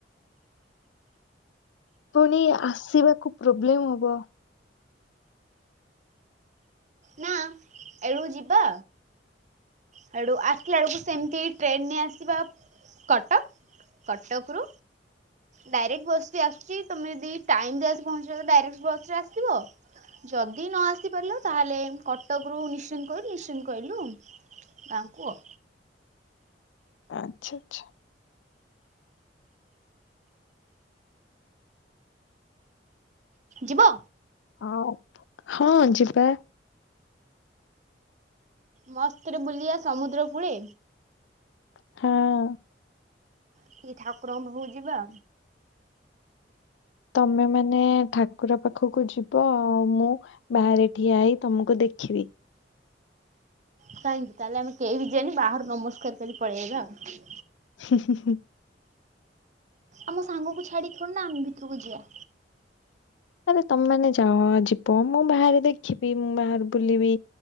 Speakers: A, on the left; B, on the right.
A: ପୁଣି ଆସିବାକୁ ପ୍ରୋବ୍ଲେମ ହବ।
B: ନା ଏଠୁ ଯିବା। ସେଡ଼ୁ ଆସିଲା ବେଳକୁ ସେମିତି ଟ୍ରେନ୍ର ରେ ଆସିବା କଟକ। କଟକରୁ। ଡାଇରେକ୍ଟ ବସ ବି ଆସୁଛି ତମେ ଯଦି ଟାଇମ ରେ ଆସି ପହଞ୍ଚିବ ତ ଡାଇରେକ୍ଟ ବସ ରେ ଆସିବ। ଯଦି ନ ଆସି ପାରିଲ ତାହେଲେ କଟକ ରୁ ନିଶ୍ଚିନ୍ତ କୋଇଲି ନିଶ୍ଚିନ୍ତ କୋଇଲ ରୁ। ଗାଁ କୁ ଆଉ।
A: ଆଚ୍ଛା ଆଚ୍ଛା।
B: ଯିବ।
A: ହଁ ହଁ ଯିବା।
B: ମସ୍ତରେ ବୁଲିବା ସମୁଦ୍ର କୂଳେ।
A: ହଁ।
B: ଟିକେ ଠାକୁରଙ୍କ ପାଖ କୁ ଯିବା।
A: ତମେ ମାନେ ଠାକୁର ପାଖକୁ ଯିବ ଆଉ ମୁଁ ବାହାରେ ଠିଆ ହେଇ ତମକୁ ଦେଖିବି।
B: କାହିଁକି ତାହେଲେ ଆମେ କେହି ବି ଯିବାନି ବାହାରୁ ନମସ୍କାର କରି ପଳେଇବା ଆଉ।
A: ହୁଁ ହୁଁ ହୁଁ।
B: ଆମ ସାଙ୍ଗକୁ ଛାଡ଼ି ଥୋଡି ନା ଆମେ ଭିତରକୁ ଯିବା।
A: ନରେ ତମାନେ ଯାଅ ଯିବ ମୁଁ ବାହାରେ ଦେଖିବି ମୁଁ ବାହାରେ ବୁଲିବି।